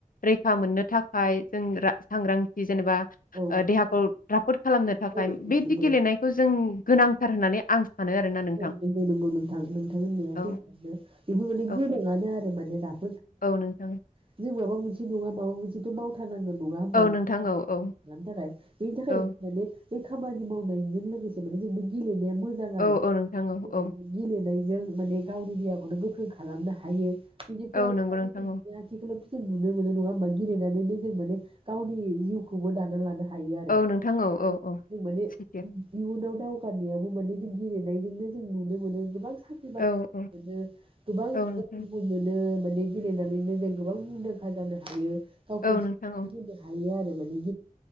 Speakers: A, on the left (about 75°); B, on the right (about 40°).
A: रैखा मोननो था खाय जों रा सांग्रां जेनेबा
B: औ
A: ओ देहाखौ राफोद खालामनो थाखाय
B: औ
A: बैदि
B: नंगौ
A: लेनायखौ जों गोनांथार होननानै आं सानो
B: <unintelligible>
A: आरोना नोंथां औ औ
B: <unintelligible> <unintelligible>
A: औ नोंथां
B: नङा माबा मोनसेथ' मावथारनांगोन नङा होमबा
A: औ
B: <unintelligible>
A: नोंथां औ औ
B: थाखाय बेनि थाखाय
A: औ
B: माने बे खामानि मावनायजों लोगोसे माने जोंबो गेलेनो <inaudible> आरो
A: औ औ नोंथां औ
B: <unintelligible>
A: औ
B: जों माने गावनि देहाखौनो गोख्रों खालामनो हायो बिनिफ्राय
A: औ
B: <unintelligible>
A: नंगौ
B: जों
A: नोंथां औ
B: नुनो मोनो नङा होमबा गेलेनानैनो जों माने गावनि जिउखौबो दाना लाना हायो आरो
A: औ नोंथां औ औ
B: जों
A: औ
B: माने
A: सैथो
B: इयुनाव दाव <unintelligible> नायजोंनो जों नुनो मोनो गोबां साख्रि बाख्रि
A: औ औ
B: मोनो गोबां
A: औ नोंथां
B: रांबो मोनो माने गेलेनानैनो जों गोबां मुंदांखा जानो हायो गावखौ
A: औ
B: सिनायथि
A: नोंथां औ
B: होनो हायो आरो मान